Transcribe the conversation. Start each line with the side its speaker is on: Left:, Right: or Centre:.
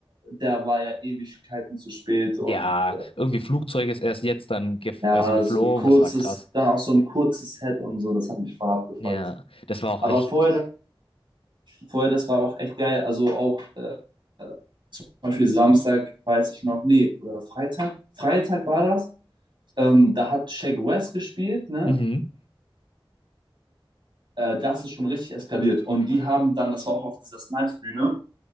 Right: der war ja Ewigkeiten zu spät
Left: Ja,
Right: und
Left: irgendwie Flugzeug ist erst jetzt dann gef
Right: Ja,
Left: also geflogen,
Right: so ein kurzes,
Left: das war krass.
Right: dann auch so ein kurzes Head und so, das hat mich voll abgefuckt.
Left: Ja, das war auch
Right: Aber
Left: echt.
Right: vorher, vorher, das war auch echt geil. Also auch äh, zum Beispiel Samstag, weiß ich noch, nee, oder Freitag. Freitag war das. Ähm, da hat Shaq West gespielt, ne?
Left: Mhm.
Right: Äh, das ist schon richtig eskaliert. Und die haben dann, das war auch auf dieser Snipes-Bühne,